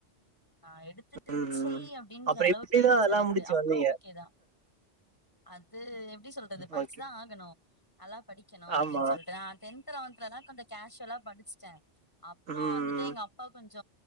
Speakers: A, on the left; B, on the right.
A: நா எடுத்துட்டு
B: ம்
A: செய் அப்டின்ற
B: அப்புறோ
A: அளவுக்கு
B: எப்டிதா
A: ஆயிருச்சு
B: அதெல்லா
A: எனக்கு
B: முடிச்சு
A: அப்புறொ
B: வந்தீங்க
A: ஓகேதா அது எப்டி சொல்றது படிச்சுதா
B: ஓகே
A: ஆகணு நல்லா படிக்கணு அப்டின்
B: ஆமா
A: சொல்ட்டுதா டென்த்ல வந் லலா கொஞ்ச கேஷுவலா படிச்சுட்டே அப்றொ
B: ம்
A: வந்துட்டு எங்க அ ப்பா கொஞ்ச